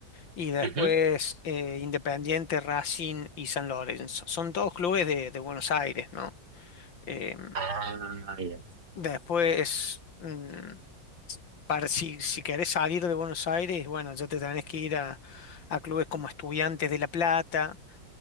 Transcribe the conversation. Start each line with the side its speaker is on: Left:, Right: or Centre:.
Left: y después
Right: ujú.
Left: eh, Independiente, Racing y San Lorenzo. Son todos clubes de, de Buenos Aires, ¿no? Eh,
Right: Ah, ya.
Left: después, mm, para, si, si querés salir de Buenos Aires, bueno, ya te tenés que ir a, a clubes como Estudiantes de La Plata,